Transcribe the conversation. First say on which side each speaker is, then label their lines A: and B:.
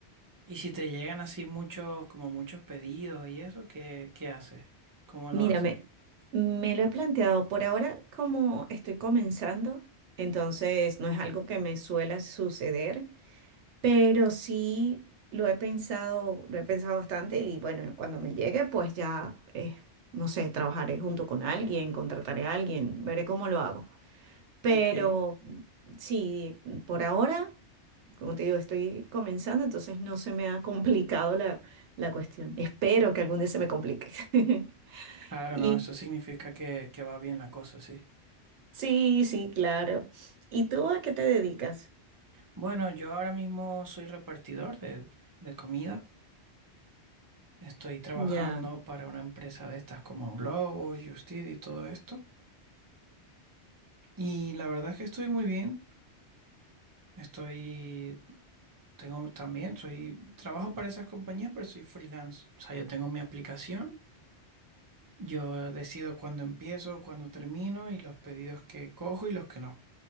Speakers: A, on the right; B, on the right.
A: y si te llegan así muchos, como muchos pedidos y eso, ¿qué, qué haces? ¿Cómo lo
B: Mírame,
A: haces?
B: me lo he planteado por ahora como estoy comenzando, entonces no es algo que me suele suceder, Pero sí lo he pensado, lo he pensado bastante y bueno, cuando me llegue, pues ya, eh, no sé, trabajaré junto con alguien, contrataré a alguien, veré cómo lo hago. Pero
A: Ok,
B: sí, por ahora, como te digo, estoy comenzando, entonces no se me ha complicado la, la cuestión. Espero que algún día se me complique. <laughs>
A: claro,
B: Y
A: no, eso significa que, que va bien la cosa, sí.
B: sí, sí, claro. ¿Y tú a qué te dedicas?
A: Bueno, yo ahora mismo soy repartidor de, de comida. Estoy trabajando
B: Ya,
A: para una empresa de estas como Globo, Justit y todo esto. Y la verdad es que estoy muy bien. Estoy, tengo también, soy, trabajo para esas compañías, pero soy freelance. O sea, yo tengo mi aplicación, yo decido cuándo empiezo, cuándo termino y los pedidos que cojo y los que no.